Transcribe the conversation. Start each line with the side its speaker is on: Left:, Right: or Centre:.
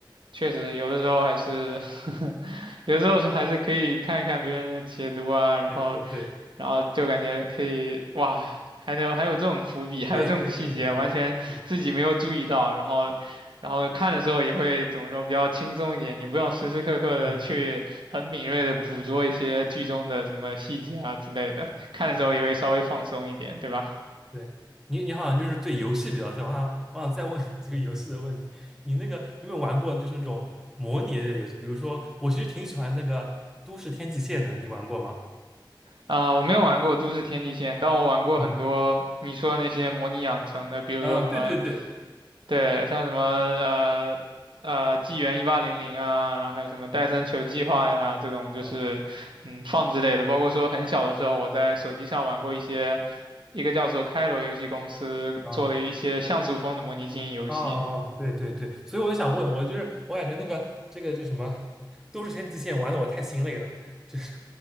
Right: 确实有的时候还是，<laughs> 有的时候是还是可以看一看别人的解读啊，然后，
Centre: 解说，对
Right: 然后就感觉可以，哇，还能还有这种伏笔，还有这种细节，
Centre: 对对，是的，是的，
Right: 完全自己没有注意到，
Centre: 是的，
Right: 然后，然后看的时候也会怎么说，比较轻松一点，你不用时时刻刻的去很敏锐的捕捉一些剧中的什么细节啊之类的，
Centre: 嗯嗯嗯。
Right: 看的时候也会稍微放松一点，
Centre: 嗯
Right: 对吧？
Centre: 对你，你好像就是对游戏比较在行。我想，我想再问 <laughs> 这个游戏的问题。你那个，你有没有玩过就是那种模拟类的游戏？比如说，我其实挺喜欢那个《都市天际线》的，你玩过吗？
Right: 啊，我没有玩过都市天际线，但我玩过很多你说的那些模拟养成的，
Centre: 嗯，
Right: 比如说什么，
Centre: 啊、对对对，
Right: 对，像什么呃呃纪元一八零零啊，然后还有什么戴森球计划呀这种，就是嗯放之类的。
Centre: 嗯
Right: 包括说很小的时候，我在手机上玩过一些一个叫做开罗游戏公司做的一些像素风的模拟经营游戏。
Centre: 啊、哦哦，哦对对对，所以我就想问，我就是我感觉那个这个叫什么都市天际线玩的我太心累了，就是